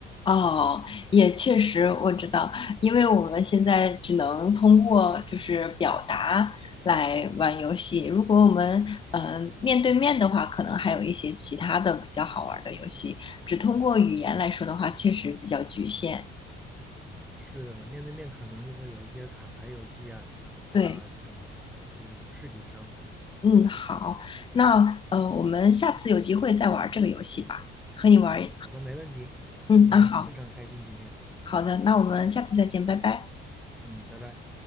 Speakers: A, on the left; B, in the centre.
A: 哦，也确实，我知道，因为我们现在只能通过就是表达来玩游戏。如果我们嗯、呃面对面的话，可能还有一些其他的比较好玩儿的游戏。只通过语言来说的话，确实比较局限。
B: 是的呢，面对面可能就会有一些卡牌游戏啊啊这种是吧？
A: 对，
B: 这种视觉上的。
A: 嗯，好，那呃，我们下次有机会再玩儿这个游戏吧，和你玩儿一
B: 好的，没问题。
A: 嗯，
B: 那非常开心今天，
A: 那好，好的，那我们下次再见，拜拜。
B: 嗯，拜拜。